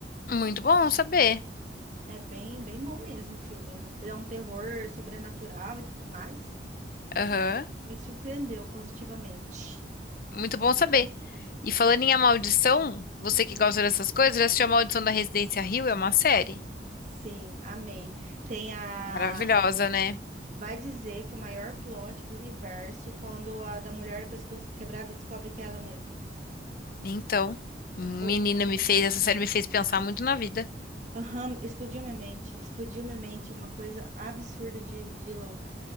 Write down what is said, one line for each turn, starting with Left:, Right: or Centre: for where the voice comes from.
Left: Muito bom saber.
Right: É bem, bem bom mesmo o filme. É um terror sobrenatural e tudo mais.
Left: Aham.
Right: Me surpreendeu positivamente.
Left: Muito bom saber. E falando em A Maldição, você que gosta dessas coisas, já assistiu A Maldição da Residência Hill? É uma série
Right: Sim, amei. Tem a.
Left: maravilhosa, né?
Right: Vai dizer que o maior plot do universo quando a da mulher do pescoço quebrado descobre que é ela mesma.
Left: Então, menina
Right: Eu
Left: me fez, essa série me fez pensar muito na vida.
Right: Aham, explodiu minha mente, explodiu minha mente, uma coisa absurda de, de louca.